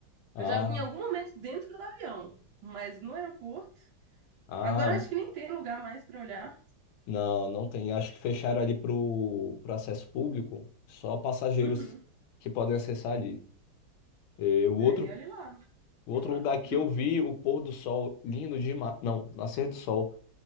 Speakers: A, on the left; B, on the right.
A: Ah,
B: Eu já vi em algum momento dentro do avião, mas no aeroporto.
A: ah,
B: Agora eu acho que nem tem lugar mais pra olhar.
A: não, não tem. Acho que fecharam ali pro, pro acesso público, só passageiros
B: Uhum.
A: que podem acessar ali. Eh, O
B: né?
A: outro
B: E olha lá,
A: O
B: eu
A: outro
B: acho.
A: lugar que eu vi o pôr do sol lindo demais. Não, nascer do sol.